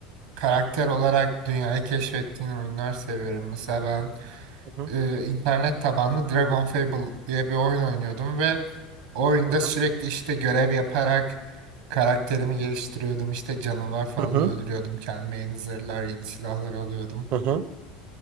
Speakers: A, on the right (about 75°); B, on the right (about 55°).
A: karakter olarak dünyayı keşfettiğin oyunlar seviyorum. Mesela ben
B: Hı hı.
A: e, internet tabanlı Dragon Fable diye bir oyun oynuyordum ve o oyunda
B: Hı
A: sürekli
B: hı.
A: işte görev yaparak karakterimi geliştiriyordum. İşte canavar falan
B: Hı hı.
A: öldürüyordum. Kendime yeni zırhlar, yeni silahlar alıyordum.
B: Hı hı.